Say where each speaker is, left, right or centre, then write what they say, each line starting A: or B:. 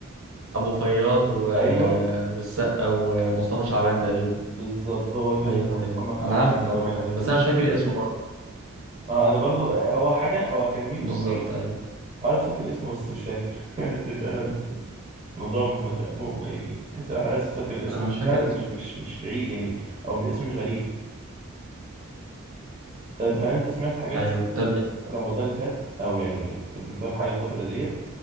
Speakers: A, on the right; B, on the right.
A: ابو فياض و...
B: ايوه
A: والسقا ومصطفى شعبان تقريبا
B: بالظبط هو الفيلم
A: ايوه
B: بتاع محمد
A: ايوه
B: فراج
A: انا عارف انت
B: والجماعه
A: قصدك عليه
B: دول
A: بس انا مش فاكر اسمه برضه
B: اه انا برضو آه، هو حاجه هو كان منه
A: بالظبط
B: ايوه
A: ايوه
B: عارف افتكر اسمه بس مش فاكر <laughs> ده فعلا موضوع مت... م... يعني تحس الواحد عايز يفتكر الاسم
A: انا مش فاكر
B: فعلا مش
A: اسمه برضه.
B: مش مش بعيد يعني او مش اسمه مش غريب طيب هل انت سمعت حاجات
A: ايوه
B: في
A: طب
B: رمضان اللي فات او يعني في متابع حاجه الفتره ديت